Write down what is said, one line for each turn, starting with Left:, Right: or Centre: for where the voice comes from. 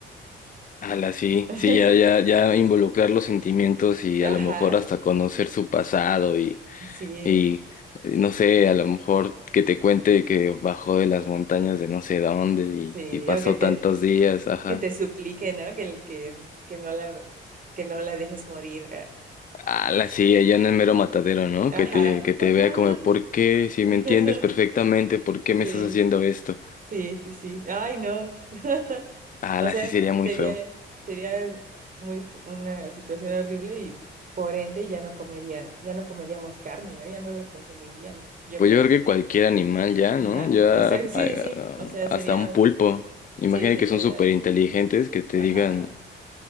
Left: Ala, sí,
Right: <laughs>
Left: sí, ya, ya, ya involucrar los sentimientos y
Right: Ajá,
Left: a lo mejor hasta conocer su pasado y
Right: sí,
Left: Y eh, no sé, a lo mejor que te cuente que bajó de las montañas de no sé dónde y,
Right: sí,
Left: y pasó
Right: o que te,
Left: tantos días, ajá.
Right: que te suplique, ¿no? Que, el- que, que no la, que no la dejes morir.
Left: Ah, la sí, allá en el mero
Right: <laughs>
Left: matadero, ¿no?
Right: Ajá,
Left: Que te, que te
Right: por favor.
Left: vea como, ¿por qué? Si
Right: <laughs>
Left: me entiendes perfectamente, ¿por qué
Right: Sí.
Left: me estás haciendo esto?
Right: Sí, sí, sí. Ay, no. <laughs>
Left: Ah,
Right: O
Left: la
Right: sea,
Left: sí sería muy
Right: sería,
Left: feo.
Right: sería muy f- una situación horrible y por ende ya no comería, ya no comeríamos carne, ¿no? Ya no la consumiríamos, yo
Left: Pues
Right: creo.
Left: yo creo que cualquier animal ya,
Right: Ajá,
Left: ¿no? Ya
Right: exacto,
Left: eh,
Right: sí, sí.
Left: ah,
Right: O sea,
Left: hasta
Right: sería,
Left: un pulpo. Imagina
Right: sí, sería,
Left: que son súper inteligentes, que te
Right: ajá,
Left: digan